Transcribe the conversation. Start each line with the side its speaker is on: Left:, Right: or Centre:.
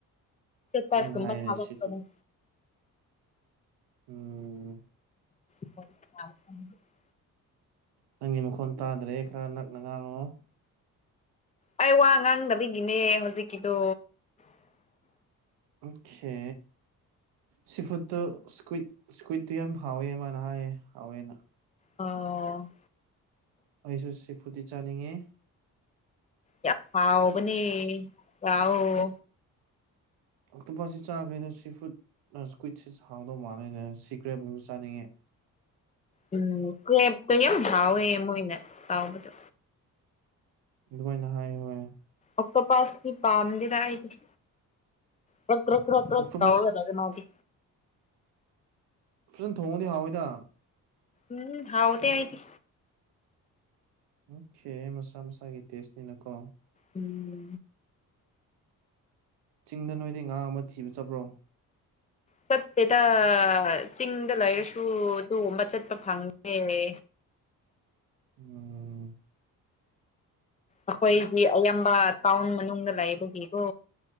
Right: ꯑꯗꯨꯃꯥꯏꯅ
Left: ꯄꯥꯁꯒꯝꯕ
Right: ꯍꯥꯏꯌꯦꯅꯦ
Left: ꯊꯕꯛ
Right: ꯁꯤ
Left: ꯇꯧ
Right: ꯐꯨꯗ ꯎꯝ
Left: <unintelligible>
Right: ꯅꯪꯒꯤ ꯃꯈꯣꯟ ꯇꯥꯗ꯭ꯔꯦ ꯈꯔ ꯅꯛꯅ ꯉꯥꯡꯉꯑꯣ
Left: ꯑꯩ ꯋꯥ ꯉꯥꯡꯗꯕꯤꯒꯤꯅꯦ ꯍꯧꯖꯤꯛꯀꯤꯗꯣ
Right: ꯑꯣꯀꯦ ꯁꯤꯐꯨꯠꯇꯨ ꯁꯀꯨꯋꯠ ꯁ꯭ꯀꯨꯋꯤꯠꯇꯨ ꯌꯥꯝ ꯍꯥꯎꯋꯦ ꯃꯥꯅ ꯍꯥꯏꯌꯦꯦ ꯍꯥꯎꯋꯦꯅ
Left: ꯑꯣ
Right: ꯑꯩꯁꯨ ꯁꯤꯐꯨꯠꯇꯤ ꯆꯥꯅꯤꯡꯉꯤ
Left: ꯌꯥꯝ ꯍꯥꯎꯕꯅꯤ ꯆꯥꯎꯋꯦ
Right: ꯑꯇꯣꯞꯄꯥꯁꯤ ꯆꯥꯈ꯭ꯔꯦꯅ ꯁꯤ ꯐꯨꯗ ꯁꯀꯨꯋꯤꯠꯁ ꯍꯥꯎꯗꯧ ꯃꯥꯜꯂꯦꯅ ꯁꯤ ꯀ꯭ꯔꯦꯞ ꯑꯣꯏꯨꯝꯕ ꯆꯥꯅꯤꯡꯉꯦ
Left: ꯎꯝ ꯀꯔꯦꯄꯇꯣ ꯌꯥꯝ ꯍꯥꯎꯋꯦ ꯃꯣꯏꯅ‌ ꯇꯧꯕꯗꯣ
Right: ꯑꯗꯨꯃꯥꯏꯅ ꯍꯥꯏ ꯍꯣꯏ
Left: ꯑꯣꯛꯇꯣꯄꯥꯁꯇꯤ ꯄꯥꯝꯗꯦꯗ ꯑꯩꯗꯤ ꯗꯔꯛ ꯗꯔꯛ
Right: ꯑꯣꯛꯇꯣꯄꯁ
Left: ꯇꯧꯔ ꯂꯩꯔꯦ ꯃꯥꯗꯤ
Right: ꯐꯖꯟ ꯊꯣꯡꯉꯗꯤ ꯍꯥꯎꯏꯗ
Left: ꯎꯝ ꯍꯥꯎꯗꯦ ꯑꯩꯗꯤ
Right: ꯑꯣꯀꯦ ꯃꯁꯥ ꯃꯁꯥꯒꯤ ꯇꯦꯁꯅꯤꯅ ꯀꯣ
Left: ꯎꯝ
Right: ꯆꯤꯡꯗ ꯅꯣꯏꯗꯤ ꯉꯥ ꯑꯃ ꯊꯤꯕ ꯆꯠꯄ꯭ꯔꯣ
Left: ꯆꯠꯇꯦꯗ ꯆꯤꯡꯗ ꯂꯩꯔꯁꯨ ꯑꯗꯨꯒꯨꯕ ꯆꯠꯄ ꯐꯪꯗꯦꯅꯦ
Right: ꯎꯝ
Left: ꯑꯩꯈꯣꯏꯗꯤ ꯑꯌꯥꯝꯕ ꯇꯥꯎꯟ ꯃꯅꯨꯡꯗ ꯂꯩꯕꯒꯤꯀꯣ